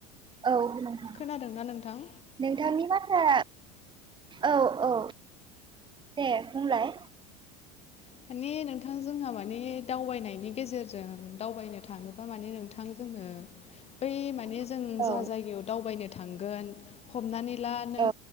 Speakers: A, on the right (about 20°); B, on the left (about 30°).
A: औ नोंथां
B: खोनादोंना नोंथां
A: नोंथांनि बाथ्रा औ औ दे बुंलाय
B: माने नोंथां जोंहा माने दावबायनायनि गेजेरजों दावबायनो थाङोबा माने नोंथां जोङो
A: <inaudible>
B: बै माने जों
A: औ
B: जा जायगायाव दावबायनो थांगोन हमनानै ला नों
A: औ